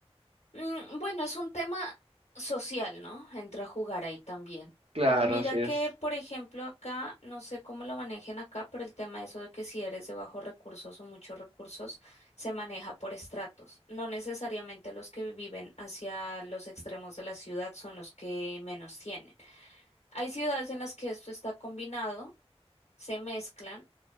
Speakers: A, on the left (about 85°); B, on the right (about 60°).
A: Mm, Bueno, es un tema social, ¿no? Entra a jugar ahí también.
B: Claro,
A: Mm, Mira
B: así
A: que,
B: es.
A: por ejemplo, acá, no sé cómo lo manejen acá, pero el tema de eso de que si eres de bajos recursos o muchos recursos, se maneja por estratos. No necesariamente los que viven hacia los extremos de la ciudad son los que menos tienen. Hay ciudades en las que esto está combinado, se mezclan.